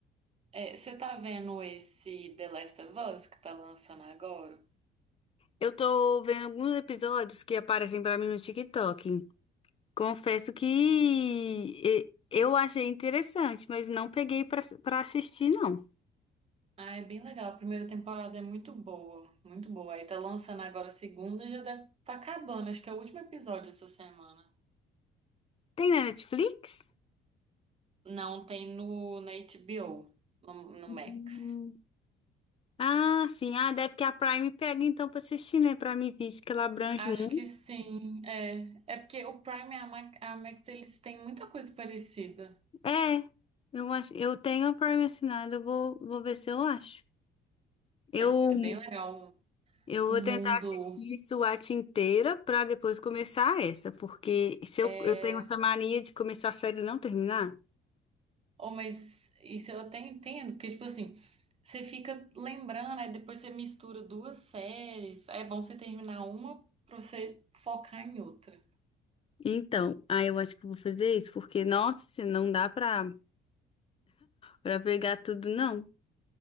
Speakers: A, on the right (about 35°); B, on the left (about 35°).
A: É, você tá vendo esse The Last of Us que tá lançando agora?
B: Eu tô vendo alguns episódios que aparecem pra mim no TikTok. Confesso que e- eu achei interessante, mas não peguei pra pra assistir, não.
A: Ah, é bem legal. A primeira temporada é muito boa, muito boa. Aí tá lançando agora a segunda, já deve tá acabando. Acho que é o último episódio essa semana.
B: Tem na Netflix?
A: Não, tem no, na HBO, no, no
B: Hum,
A: Max.
B: Ah, sim. Ah, deve que a Prime pega então pra assistir, né? Pra mim, visto que ela abrange
A: Acho
B: muito.
A: que sim. É, é porque o Prime e a Ma- a Max, eles têm muita coisa parecida.
B: É, eu acho, eu tenho a Prime assinada, eu vou, vou ver se eu acho. Eu
A: É, é bem legal
B: Eu
A: o
B: vou
A: mundo.
B: tentar assistir SWAT inteira pra depois começar essa, porque se
A: É...
B: eu, eu tenho essa mania de começar a série e não terminar.
A: Oh, mas isso eu até entendo, porque, tipo assim, você fica lembrando, aí depois você mistura duas séries. Aí é bom você terminar uma pra você focar em outra.
B: Então, aí eu acho que eu vou fazer isso, porque, nossa, não dá pra, pra pegar tudo, não.